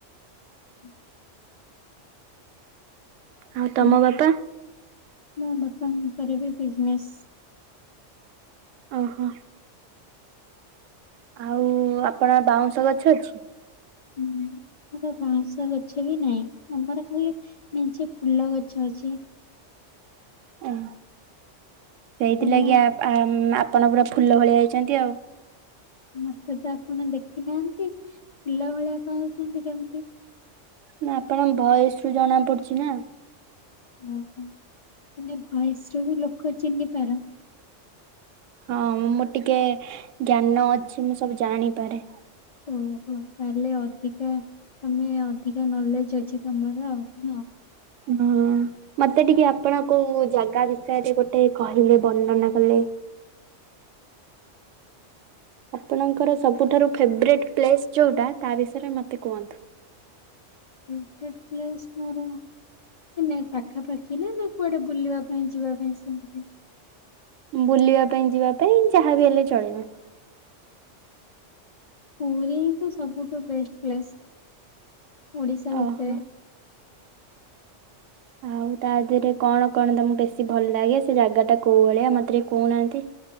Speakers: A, on the left; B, on the right.
A: ହୁଁ ହୁଁ।
B: ଆଉ
A: ହୁଁ,
B: ତମ ବାପା?
A: ମୋ ବାପାଙ୍କର ବି ବିଜିନେସ୍।
B: ଓହୋ। ଆଉ ଆପଣ ବାଉଁଶ ଗଛ ଅଛି?
A: ନା ଆମର ବାଉଁଶ ଗଛ ବି ନାହିଁ। ଆମର ଖାଲି ମେଞ୍ଚେ ଫୁଲ ଗଛ ଅଛି।
B: ଓହୋ। ସେଇଥିଲାଗି
A: ତମ
B: ଆ ଆମ ଆପ ଆପଣ ପୁରା ଫୁଲ ଭଳିଆ ହେଇଚନ୍ତି ଆଉ।
A: ମତେ ତ ଆପଣ ଦେଖି ନାହାନ୍ତି, ଫୁଲ ଭଳିଆ କହୁଚନ୍ତି କେମିତି?
B: ନା ଆପଣଙ୍କ ଭୟେସ୍ ରୁ ଜଣା ପଡୁଛି ନା।
A: ଓହୋ ତମେ ଭୟେସ୍ ରୁ ବି ଲୋକ ଚିହ୍ନି ପାର?
B: ହଁ ମୁଁ ମୁଁ ଟିକେ ଜ୍ଞାନ ଅଛି, ମୁଁ ସବୁ ଜାଣିପାରେ।
A: ଓହୋ ତାହେଲେ ଅଧିକା ତମେ ଅଧିକା ନଲେଜ ଅଛି ତମର ଆଉ ନା
B: ହଁ। ମତେ ଟିକିଏ ଆପଣ କୋଉ ଜାଗା ବିଷୟରେ ଗୋଟେ କହିଲେ ବର୍ଣ୍ଣନା କଲେ। ଆପଣଙ୍କର ସବୁଠାରୁ ଫେବରେଟ୍ ପ୍ଲେସ୍ ଯେଉଁଟା ତା ବିଷୟରେ ମୋତେ କୁହନ୍ତୁ।
A: ଫେବରେଟ ପ୍ଲେସ୍ ମୋର ନାଇଁ ପାଖାପାଖି ନା? ନା କୁଆଡେ ବୁଲିବା ପାଇଁ ଯିବା ପାଇଁ ସେମିତି।
B: ବୁଲିବା ପାଇଁ ଯିବା ପାଇଁ, ଯାହାବି ହେଲେ ଚଳିବ।
A: ପୁରୀହିଁ ତ ସବୁଠୁ ବେଷ୍ଟ ପ୍ଲେସ, ଓଡିଶା
B: ଓହୋ।
A: ଭିତରେ।
B: ଆଉ ତା ଦେହରେ କଣ କଣ ତମକୁ ବେଶୀ ଭଲ ଲାଗେ, ସେ ଜାଗାଟା କୋଉ ଭଳିଆ, ମତେ ଟିକେ କହୁନାହାନ୍ତି।